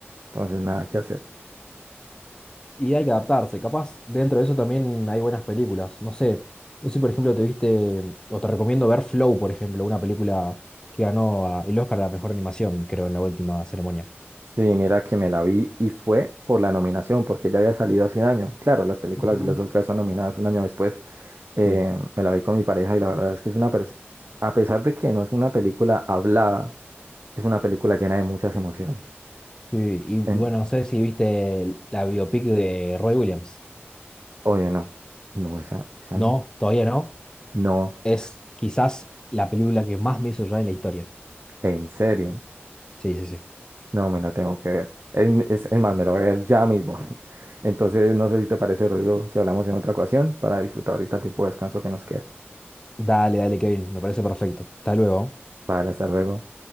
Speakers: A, on the right (about 65°); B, on the left (about 15°).
A: entonces nada que hacer.
B: Y hay que adaptarse. Capaz dentro de eso también hay buenas películas. No sé, no sé, por ejemplo, te viste, mm, o te recomiendo ver Flow, por ejemplo, una película que ganó ah, el Oscar a la mejor animación, creo, en la última ceremonia.
A: Sí, mira que me la vi y fue por la nominación, porque ya había salido hace un año. Claro, las películas
B: Ujú.
A: de los Oscars son nominadas un año después. Eh,
B: Sí.
A: me la vi con mi pareja y la verdad es que es una, pers- a pesar de que no es una película hablada, es una película llena de muchas emociones.
B: Sí, y y bueno,
A: En-
B: no sé si viste la biopic de Roy Williams.
A: oye, no, no, esa, esa
B: No,
A: no,
B: todavía no.
A: no,
B: Es quizás la película que más me hizo llorar en la historia.
A: en serio.
B: Sí, sí, sí.
A: No, me la tengo que ver. Es, es- es más, me la voy a ver ya mismo. <laughs> Entonces, no sé si te parece, Rodrigo, si hablamos en otra ocasión para disfrutar ahorita el tiempo de descanso que nos queda.
B: Dale, dale, Kevin, me parece perfecto. Hasta luego.
A: Vale, hasta luego.